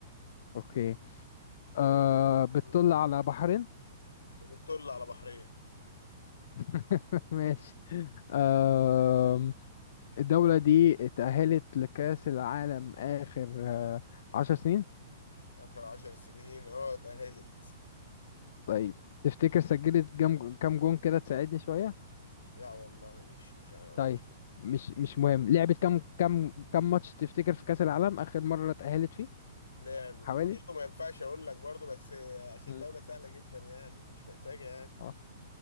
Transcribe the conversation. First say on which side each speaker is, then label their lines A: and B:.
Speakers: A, on the left; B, on the left.
A: أوكي آه بتطل
B: مم.
A: على بحرين
B: بتطل على بحرية
A: <laughs> ماشي آه الدولة دي اتأهلت لكأس العالم آخر آه عشر سنين
B: آخر عشر سنين اه اتأهلت
A: طيب تفتكر سجلت كام كام جون كده تساعدني شوية
B: لا والله مش مش
A: طيب
B: مش
A: مش مش مهم لعبت كام كام كام ماتش تفتكر في كأس العالم آخر مرة اتأهلت فيه
B: لا برضه
A: حوالي
B: ما ينفعش أقول لك برضه بس عشان
A: مم.
B: دولة سهلة جدا يعني مش محتاجة يعني
A: اه